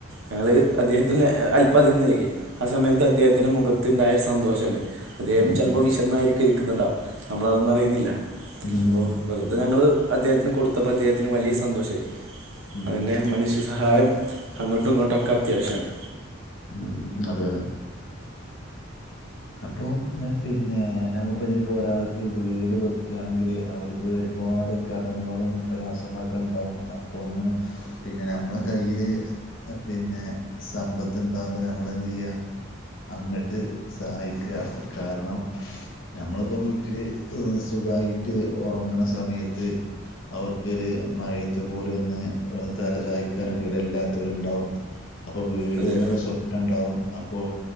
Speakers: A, on the right; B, on the left.
A: ഞങ്ങള് അദ്ദേഹത്തിന് അല്പാതിം നൽകി ആ സമയത്ത് അദ്ദേഹത്തിന്റെ മുഖത്ത് ണ്ടായരു സന്തോഷണ്ട് അദ്ദേഹം
B: ഉം
A: ചെൽപ്പോ വിശന്നായിരിക്കുവെ ക്ക്‌ന്ന്ണ്ടാവ നമ്മളതൊന്നും അറിയുന്നില്ല
B: ഉം
A: അപ്പോ വെർതെ ഞങ്ങൾ അദ്ദേഹത്തിന് കൊടുത്തപ്പോ അദ്ദേഹത്തിന് വലിയ സന്തോഷയി
B: ഉം
A: അതെന്നെ മനുഷ്യ സ് സഹായം അങ്ങോട്ടു ങ്ങോട്ടൊക്കെ അത്യാവശ്യണ്
B: ഉം അതെ അതെ അപ്പൊ പിന്നെ നമ്മള്പ്പോ നിപ്പോ ഒരാൾക്ക് വീട് വെക്കാണെങ്കില് അവര്ക്ക് ഒര് പ പാട് കടങ്ങളും പ്രയാസങ്ങളൊക്കെ ണ്ടാവും അപ്പോ ഒന്ന് പിന്നെ നമ്മള കയ്യില് പിന്നെ സമ്പത്ത് ണ്ടാവ്മ്പോ നമ്മള് എന്തെയ്യാ അങ്ങട്ട് സഹായിക്ക കാരണം നമ്മളൊക്കെ വീട്ടില് സു ഖായിട്ട് ഒറങ്ങ്ണ സമയത്ത് അവർക്കൊരു മഴയത്ത് പോലും ഒന്ന് തല ചായ്ക്കാനൊരു ഇട ല്ലാത്തൊര്ണ്ടാവും അപ്പൊ വീട്ന്ന്ള്ള
A: അതെ
B: സ്വപ്നം ണ്ടാവും അപ്പൊ